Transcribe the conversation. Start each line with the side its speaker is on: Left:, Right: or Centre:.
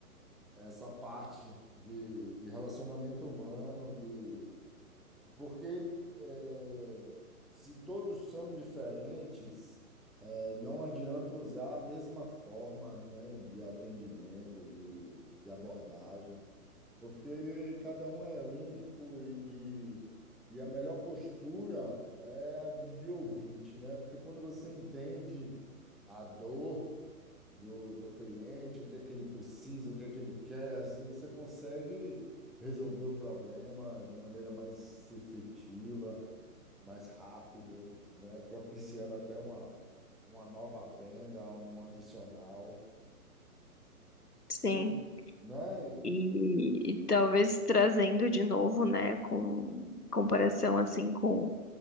Centre: essa parte de, de relacionamento humano, de porque é, se todos são diferentes, é, não adianta usar a mesma forma, né, de atendimento, de, de abordagem, porque cada um é único e, e e a melhor postura é a de de ouvinte, né? Porque quando você entende a dor do, do cliente, o que é que ele precisa, o que é que ele quer, assim você consegue resolver o problema de maneira mais efetiva, mais rápido, né? Propiciando até uma, uma nova venda, um adicional,
Left: Sim.
Centre: Foi, né?
Left: E, e talvez trazendo de novo, né, com comparação assim com